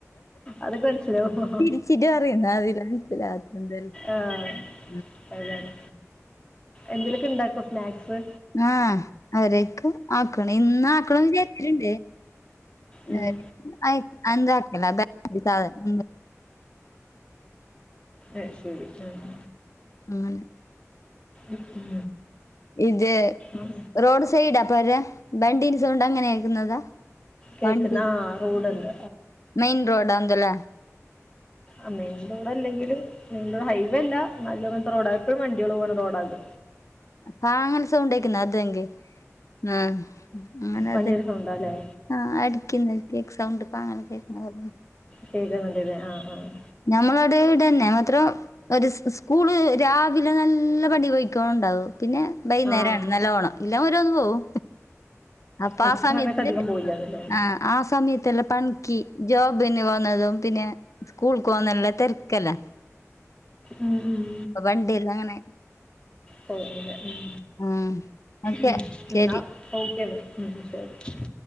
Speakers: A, on the left; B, on the left.
A: അതൊക്കെ മനസ്സിലാവും
B: ചിരിച്ചിട്ട് പറയുന്ന അത് <unintelligible> മന്സ്സിലാത്തെ <unintelligible>
A: ആഹ് അതാണ് എന്തെലെക്കെ ഇണ്ടാക്കും സ്നാക്സ്
B: ആഹ് അവരേക്കും ആക്കണം ഇന്ന് ആക്കണന്ന് വിചാരിച്ച്ട്ട്ണ്ട്
A: ഉം
B: ഏഹ് <unintelligible> അഹ് ഏന്താക്കലാ <unintelligible>
A: അയ് ശരി ആഹ്
B: അങ്ങനെ
A: ഉം
B: ഇത്
A: ഉം
B: റോഡ് സൈഡാപ്പോരാ ബണ്ടീൻ്റെസൗണ്ട് അങ്ങനെയ ആക്കുന്നതാ
A: കേക്ക്ന്ന്
B: വണ്ടി
A: ആഹ് റോഡ്ണ്ട്
B: മെയിൻറോഡാ അതുല
A: അ മെയിൻറോഡ് അല്ലെങ്കിലും മെയിൻ റോഡ് ഹൈവേ അല്ല നല്ലങ്ങനത്തെ റോഡാ എപ്പോഴും വണ്ടികള് പോകാണ് റോഡ അത്
B: പാങ്ങൽസൗണ്ടക്കുന്ന അതെങ്കി ആഹ് അങ്ങനെ
A: വണ്ടിയുടെ
B: അതന്നെ
A: സൗണ്ടാല്ലേ
B: ആഹ് അടുക്കിന്ന് എക്സൗണ്ട് പാങ്ങനെ കേക്കണപോലുണ്ട്
A: ചെയ്ത മതിയല്ലെ ആഹ് ആഹ്
B: നഞമ്മളടെ ഇടെന്നെ മാത്രം ഒരു സ്കൂള് രാവിലെ നല്ല പടി പോയി ക്കോം ഉണ്ടാവും പിന്നെ വൈകുന്നേരണ്
A: ആഹ്
B: നല്ലവോണം ഇല്ലാം ഓരോന്ന് പോവും അപ്പാ
A: ഉച്ച
B: ആഹ് സമയത്തില്
A: സമയത്ത് അധികം പോവില്ലാന്ന്ല്ലേ
B: ആഹ് ആ സമയത്തല്ലാം പണിക്ക് ജോബിന് പോന്നതും പിന്നെ സ്കൂൾക്ക് പോന്നല്ല തിരക്കല്ലെ
A: ഉം ഉം
B: വണ്ടിയെല്ലാം അങ്ങനെ
A: പോവുന്നില്ല ഉം
B: ഉം ഓക്കെ
A: ഉം
B: ശരി
A: എന്നാ ഓക്കെയാണ് ഉം ശരി